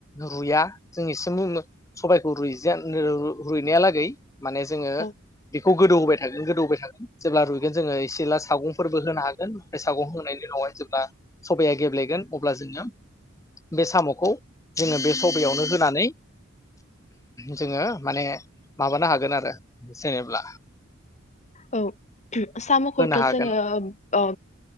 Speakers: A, on the left (about 15°); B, on the left (about 35°).
A: रुया जों एसे सबायखौ रुइजानो रु-रुइनाया लागै माने जोङो
B: औ
A: बे खौ गोदौ होबाय थागोन गोदौ होबाय थागोन जेब्ला रुइगोन जोङो जेला सागंफोरबो होनो हागोन ओमफ्राय सागं होनायनि उनावहाय जेब्ला सबाया गेब्लेगोन अब्ला जोङो। बे साम'खौ जोङो बे सबायावनो होनानै जोङो माने माबानो हागोन आरो जेनेब्ला
B: औ साम'खौथ'
A: होनो हागोन
B: जोङो ओ ओ